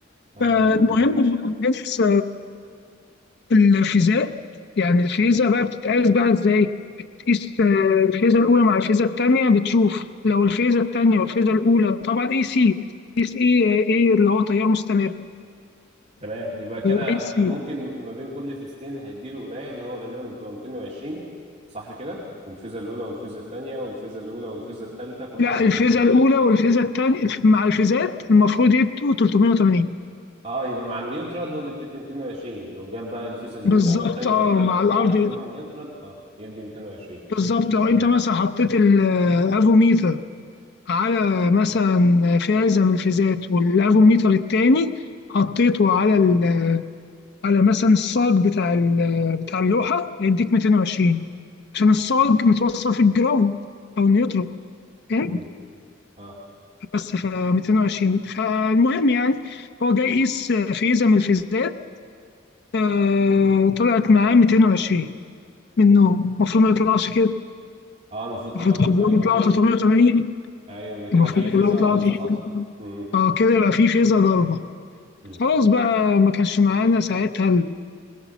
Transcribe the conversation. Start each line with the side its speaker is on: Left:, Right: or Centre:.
Right: اه
Left: فالمهم
Right: تمام
Left: في الناس الفيزات يعني الفيزة بقى بتتقاس بقى ازاي؟ بتقيس آه، الفيزة الأولى مع الفيزة التانية بتشوف لو الفيزة التانية والفيزة الأولى طبعا اي سي بتقيس ايه ايه اللي هو تيار مستمر
Right: تمام يبقى كده
Left: اي سي
Right: ممكن ما بين كل فيزتين هيديله قرايه اللي هو غالبا بتبقى 220 صح كده الفيزا الاولى والفيزا الثانيه والفيزا الاولى والفيزا الثالثه كل
Left: لا
Right: واحد
Left: الفيزة الأولى والفيزة التانية مع الفيزات المفروض يدوا 380
Right: اه يبقى مع النيوترال هو اللي بتدي 220 لو جاب بقى الفيزا الاولى
Left: بالظبط
Right: او الثانيه
Left: اه
Right: او الثالثه
Left: مع
Right: كل
Left: الأرض
Right: واحده فيهم مع النيوترال اه يدي 220
Left: بالظبط لو
Right: تمام
Left: أنت مثلا حطيت الأفوميتر على مثلا فازة من الفيزات والأفوميتر التاني حطيته على ال على مثلا الصاج بتاع ال- بتاع اللوحه هيديك 220 عشان الصاج متوصل في الجراوند او النيوترون فاهم
Right: مم. اه
Left: بس ف 220 فالمهم يعني هو جاي يقيس فيزا من الفيزات آه، طلعت معاه 220 منهم المفروض ما يطلعش كده
Right: اه المفروض
Left: المفروض
Right: طلع 380
Left: كلهم يطلعوا 380
Right: ايوه يبقى كده
Left: المفروض
Right: في فيزا
Left: كلهم يطلعوا
Right: مسقطه
Left: 380.
Right: مم.
Left: اه كده يبقى في فيزا ضربه
Right: مم.
Left: خلاص بقى ما كانش معانا ساعتها